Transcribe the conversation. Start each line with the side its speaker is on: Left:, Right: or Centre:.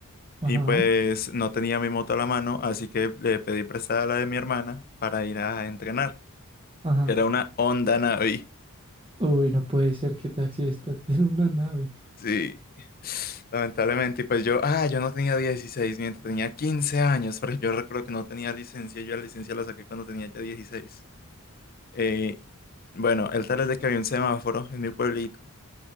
Right: Ajá.
Left: Y pues no tenía mi moto a la mano, así que le pedí prestada la de mi hermana para ir a entrenar.
Right: Ajá.
Left: Que era una Honda Navi.
Right: Uy, no puede ser que te accidentes en una nave.
Left: Sí. Lamentablemente, y pues yo, ah, yo no tenía 16, mientras tenía 15 años, porque yo recuerdo que no tenía licencia, yo la licencia la saqué cuando tenía ya 16. Eh, bueno, el tal es de que había un semáforo en mi pueblito